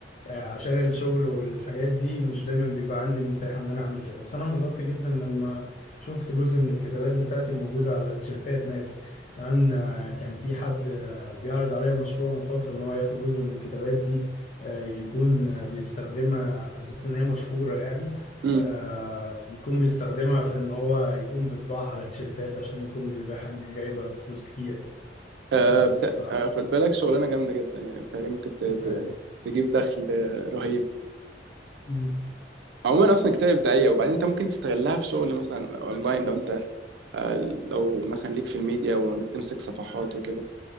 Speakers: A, on the left; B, on the right.
A: آه، عشان الشغل والحاجات دي مش دايما بيبقى عندي المساحه ان انا اعمل كده بس انا انبسطت جدا لما شفت جزء من الكتابات بتاعتي موجوده على تيشيرتات ناس كمان آه، كان في حد آه، بيعرض عليا مشروع من فتره ان هو ياخد جزء من الكتابات دي آه، يكون آه، بيستخدمها على اساس ان هي مشهوره يعني
B: امم
A: آه يكون بيستخدمها في ان هو يكون بيطبعها على تيشيرتات عشان يكون بيبيعها ان هي جايبه فلوس كتير يعني
B: آه
A: بس
B: بت-
A: ف
B: آه، خد بالك شغلانه جامده جدا يعني بتهيألي ممكن ت- ت-
A: بتهيألي.
B: تجيب دخل آه، رهيب
A: مم.
B: عموما اصلا كتاب ابداعيه وبعدين انت ممكن تستغلها في شغل مثلا اونلاين لو انت آه، لو مثلا ليك في الميديا وانك تمسك صفحات وكده